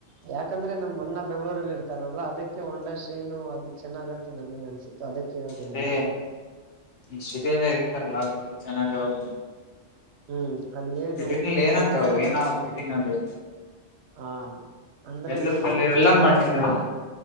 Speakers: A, on the right; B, on the left.
A: ಯಾಕಂದ್ರೆ ನಮ್ ಅಣ್ಣ ಬೆಂಗಳೂರಲ್ಲಿ ಇರ್ತಾರಲ್ಲ ಅದಕ್ಕೆ ಹೋಂಡಾ ಶೈನು ಅದು ಚೆನ್ನಾಗಂತ ನನಗೆ ಅನ್ಸಿತ್ತು ಅದಕ್ಕೆ ಹೇಳ್ದೆ
B: ಅದೇ
A: ನಿಮಗೆ
B: ಈ ಸಿಟಿಯಲ್ಲಿ ಇರ್ತಾರಲ್ಲಅವರಿಗೆ ಚೆನ್ನಾಗವು
A: ಹ್ಮ್ ಅಲ್ಲೇನು
B: ಸಿಟಿನಲ್ಲಿ ಏನಾಗ್ತಾವಾಗ
A: ಹೋಗ್ತಾರೆ
B: ಏನಾಗಲ್ಲ ಸಿಟಿನಲ್ಲಿ
A: ಹಾ ಅಂದ್ರೆ
B: ಎಲ್ಲ
A: ನಮ
B: ಕಲ್ಲಿರಲ್ಲ
A: ಇದ್ರಲ್ಲಿ
B: ಮಣ್ಣಿರಲ್ಲ